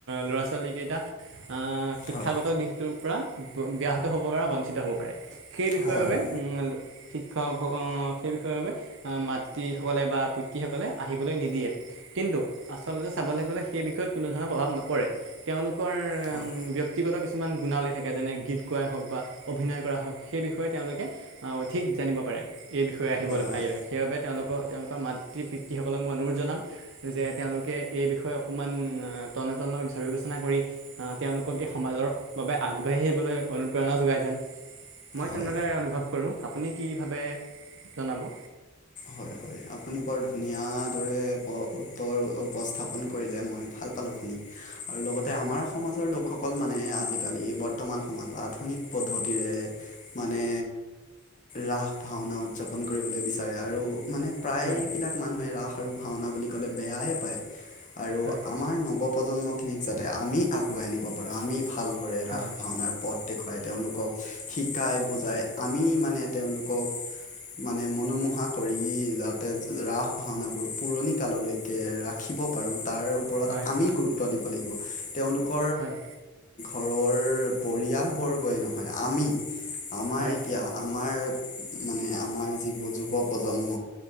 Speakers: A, on the right (about 65°); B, on the left (about 40°).
A: ল'ৰা ছোৱালীকেইটা আহ শিক্ষাগত
B: হয়
A: দিশটোৰ পৰা হব পৰা বঞ্চিত হব পাৰে সেই বিষয়েৰ
B: হয়
A: বাবে
B: হয়
A: উ শিক্ষক সেই বিষয়ৰ বাবে আহ মাতৃসকলে বা পিতৃ সকলে আহিবলৈ নিদিয়ে কিন্তু আচলতে চাবলৈ গ'লে সেই বিষয়ে কোনো ধৰণৰ প্ৰভাৱ নপৰে, তেওঁলোকৰ
B: হয়
A: ব্যক্তিগত কিছুমান গুণাৱলী থাকে যেনে গীত গুৱায়ে হওক বা অভিনয় কৰা হওক সেই বিষয়ে তেওঁলোকে আহ অধিক জানিব পাৰে এই বিষয়ে আহিব
B: হয়
A: পাৰিলে
B: হয়
A: সেইবাবে তেওঁলোকক তেওঁলোকৰ মাতৃ পিতৃসকলক মই অনুৰোধ জনাম যে তেওঁলোকে এই বিষয়ে অকণমান তনেতন বিচাৰ বিবেচনা কৰি তেওঁলোকক এই সমাজৰ বাবে আগবাঢ়ি আহিবলৈ অনুপ্ৰেৰণা যোগাই যেন, মই
B: হয়
A: তেনেদৰে অনুভৱ কৰোঁ, আপুনি কি ভাবে জনাব
B: হয় হয় আপুনি বৰ ধুনীয়া দৰে উত্তৰ উপস্থাপন কৰিলে মই ভাল পালো শুনি আৰু লগতে
A: হয়
B: আমাৰ সমাজৰ লোক লোকসকল মানে আজিকালি বৰ্তমান সময়ত আধুনিক পদ্ধতিৰে মানে ৰাস ভাওনা উদযাপন কৰিবলৈ বিচাৰে আৰু মানে প্ৰায়বিলাক
A: হয়
B: মানুহে ৰাস আৰু ভাওনা বুলি ক'লে বেয়াই পায় আৰু
A: হয়
B: আমাৰ নৱ প্ৰজন্মখিনিক যাতে আমি আগুৱাই আ নিব পাৰোঁ আমি ভালদৰে
A: হয়
B: ৰাস
A: হয়
B: ভাওনাৰ পথ দেখুৱাই তেওঁলোকক শিকাই বুজাই আমি মানে তেওঁলোকক মানে মনোমোহা কৰি যাতে ৰাস ভাওনাবোৰ পুৰণি কাললৈকে ৰাখিব পাৰোঁ। তাৰ ওপৰত
A: হয়
B: আমি গুৰুত্ব দিব লাগিব তেওঁলোকক
A: হয়
B: পৰিয়াল বৰ্গই নহয় আমি আমাৰ
A: হয় হয়
B: এতিয়া
A: হয়
B: আমাৰ মানে আমাৰ যিবোৰ যুৱ প্ৰজন্ম